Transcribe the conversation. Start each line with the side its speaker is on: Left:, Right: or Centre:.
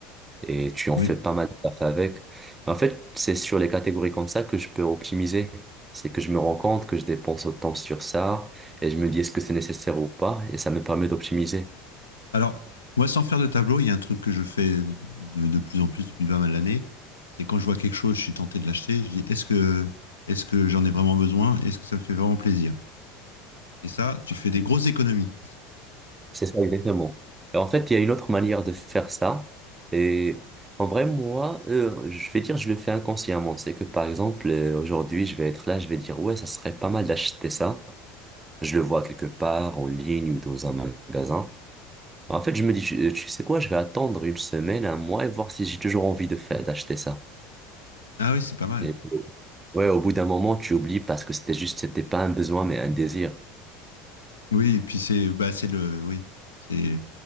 Right: et tu en
Left: Oui.
Right: fais pas mal de café avec. En fait, c'est sur les catégories comme ça que je peux optimiser. C'est que je me rends compte que je dépense autant sur ça, et je me dis est-ce que c'est nécessaire ou pas, et ça me permet d'optimiser.
Left: Alors, moi, sans faire de tableau, il y a un truc que je fais de, de plus en plus depuis pas mal d'années. C'est quand je vois quelque chose, je suis tenté de l'acheter. Je dis, est-ce que, est-ce que j'en ai vraiment besoin? Est-ce que ça me fait vraiment plaisir? Et ça, tu fais des grosses économies.
Right: C'est ça, exactement. Et en fait, il y a une autre manière de faire ça. Et en vrai, moi, euh, je vais dire, je le fais inconsciemment. C'est que, par exemple, euh, aujourd'hui, je vais être là, je vais dire, ouais, ça serait pas mal d'acheter ça. Je le vois quelque part, en ligne ou dans un magasin. En fait, je me dis, tu, tu sais quoi, je vais attendre une semaine, un mois et voir si j'ai toujours envie de faire, d'acheter ça.
Left: Ah oui, c'est pas mal.
Right: Et ouais, au bout d'un moment, tu oublies parce que c'était juste, c'était pas un besoin, mais un désir.
Left: Oui, et puis c'est, bah, c'est le, oui, c'est,